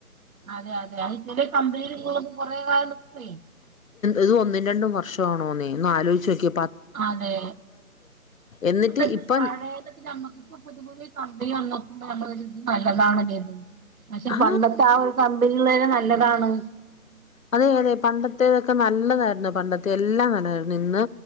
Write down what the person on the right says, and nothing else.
<inaudible>
അതെ
ഇപ്പ
പഴയതൊക്കെ നമ്മക്കിപ്പോ പുതിയ പുതിയ <unintelligible> നല്ലതാണ്കരുതും പക്ഷെ
പണ്ടത്തെ ആ ഒരുക ള്ളരെെ നല്ലതാണ്